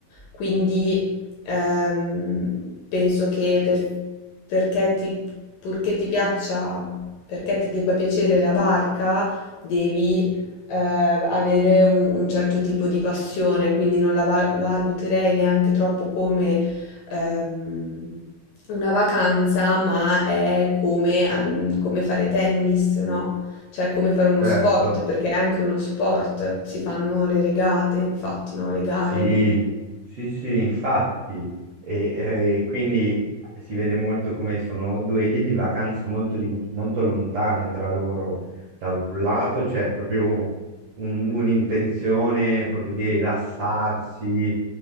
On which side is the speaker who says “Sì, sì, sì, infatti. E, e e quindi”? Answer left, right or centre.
Right